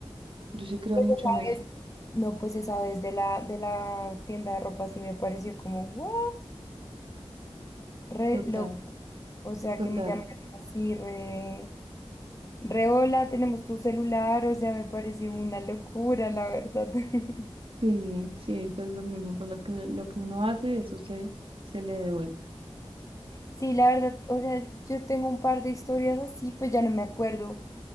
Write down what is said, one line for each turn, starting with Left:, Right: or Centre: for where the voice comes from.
Right: Yo sí creo
Left: pues
Right: mucho
Left: esa
Right: en eso.
Left: vez, no, pues esa vez de la, de la tienda de ropa sí me pareció como, ¿what? Re
Right: Total,
Left: loco. O sea,
Right: total.
Left: que me llamaran así, re, re hola, tenemos tu celular. O sea, me pareció una locura, la verdad. <laughs>
Right: Sí, sí, pues lo mismo, por lo que, lo que uno hace, eso se, se le devuelve.
Left: Sí, la verdad, o sea, yo tengo un par de historias así, pues ya no me acuerdo.